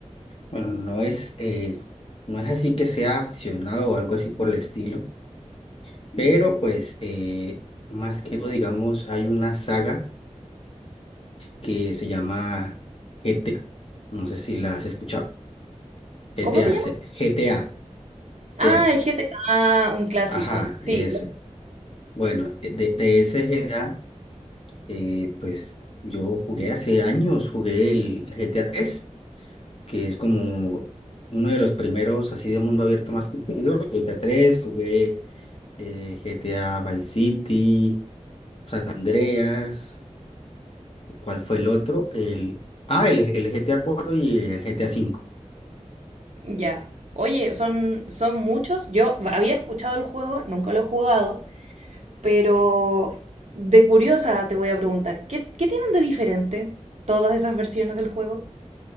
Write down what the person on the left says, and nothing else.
Bueno, no es, eh, no es así que sea accionado o algo así por el estilo, pero pues eh, más que todo, digamos, hay una saga que se llama GTA. No sé si la has escuchado. GTA,
se- GTA,
GTA.
Ajá,
ese. Bueno, eh, de, de ese GTA, eh, pues yo jugué hace años, jugué el GTA 3. que es como uno de los primeros así de mundo abierto más conocido. GTA 3 jugué eh, GTA Vice City, San Andreas, ¿cuál fue el otro? El, ah, el, el GTA 4 y el GTA cinco